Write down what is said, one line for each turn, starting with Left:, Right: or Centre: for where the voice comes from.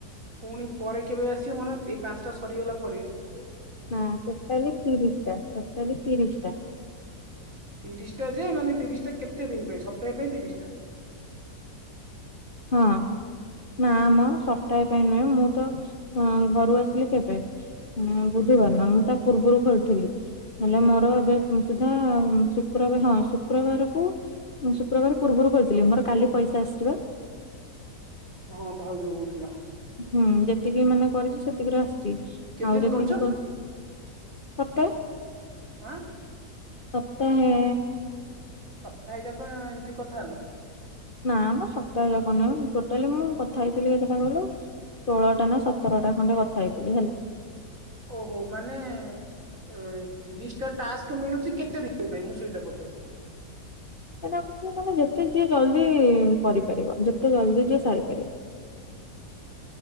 Right: ପୁଣି ପରେ କେବେ ଆସିବ ମାନେ ଏଇ ପାଞ୍ଚଟା ସରିଗଲା ପରେ ଏ
Left: ନା ଟୋଟାଲି ତିରିଶ ଟା ଟୋଟାଲି ତିରିଶ ଟା।
Right: ତିରିଶଟା ଯେ ମାନେ ତିରିଶ ଟା କେତେ ଦିନ ପାଇଁ ସପ୍ତାହ ପାଇଁ ତିରିଶ ଟା।
Left: ହଁ। ନା ମ ସପ୍ତାହେ ପାଇଁ ନୁହେଁ ମୁଁ ତଅ ଘରୁ ଆସିଲି କେବେ? ହଁ ବୁଧବାର ନା ମୁଁ ତା ପୂର୍ବରୁ ଖୋଲିଥିଲି। ହେଲେ ମୋର ଏବେ ସୁଧା ଶୁକ୍ରବାର ହଁ ଶୁକ୍ରବାରକୁ ମୁଁ ଶୁକ୍ରବାର ପୂର୍ବରୁ କହିଥିଲି ମୋର କାଲି ପଇସା ଆସିିଚିପା।
Right: ହଁ ଭାଉଜ କହୁଥିଲା।
Left: ହୁଁ ଯେତିକି ମାନେ କରିଛି ସେତିକିରେ ଆସ ଚି
Right: କେତେ
Left: ଆଉ
Right: ଦିନ
Left: ଯେତିକି
Right: କରୁଛ
Left: କ ସତ
Right: ଆଁ
Left: ସପ୍ତାହେ।
Right: ସପ୍ତାହେ ଯାକ ଏମିତି କଥା ହେଲ।
Left: ନାମ ସପ୍ତାହ ଯାକ ନୁହଁ ଟୋଟାଲି ମୁଁ କଥା ହେଇଥିଲି କେତେଟା କହିଲୁ। ଷୋହଳଟା ନା ସତରଟା ଖଣ୍ଡେ କଥା ହେଇଥିଲି ହେଲା।
Right: ଓହୋ ମାନେ ଅଁ ତିରିଶଟା ଟାସ୍କ ମିଳୁଛି କେତେ ଦିନ ପାଇଁ ମୁଁ ସେଇଟା ପଚାରୁ
Left: <unintelligible> ମାନେ ଯେତେ ଯିଏ ଜଲ୍ଦି କରିପାରିବ ଯେତେ ଜଲ୍ଦି ଯିଏ ସାରିପାରିବ।